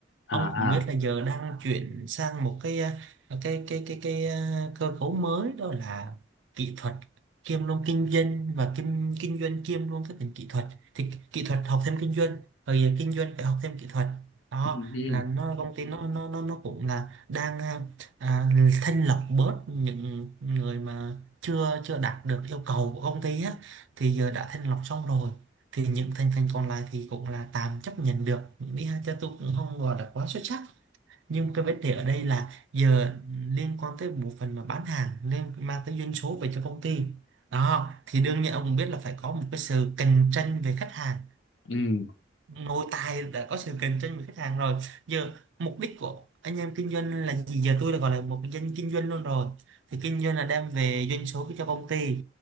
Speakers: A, on the left; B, on the right.
A: à
B: ông cũng
A: à.
B: biết là giờ đang chuyển sang một cái ờ, cái cái cái cái, ờ, cơ cấu mới đó là kỹ thuật kiêm luôn kinh doanh và kiêm kinh doanh kiêm luôn cái ngành kỹ thuật thì kỹ thuật học thêm kinh doanh rồi kinh doanh phải học thêm kỹ thuật đó
A: ừ ừ
B: là nó công ty nó nó nó nó cũng là đang à, à, thanh lọc bớt những người mà chưa chưa đạt được yêu cầu của công ty á thì giờ đã thanh lọc xong rồi thì những thành phần còn lại thì cũng là tạm chấp nhận được đi ha cho tôi cũng không gọi là quá xuất sắc nhưng cái vấn đề ở đây là giờ liên quan tới bộ phận mà bán hàng nên mang tới doanh số về cho công ty đó thì đương nhiên ông cũng biết là phải có một cái sự cạnh tranh về khách hàng
A: ừ.
B: nội tại đã có sự cạnh tranh với khách hàng rồi giờ mục đích của anh em kinh doanh là gì giờ tôi đã gọi là một cái doanh kinh doanh luôn rồi thì kinh doanh là đem về doanh số cho công ty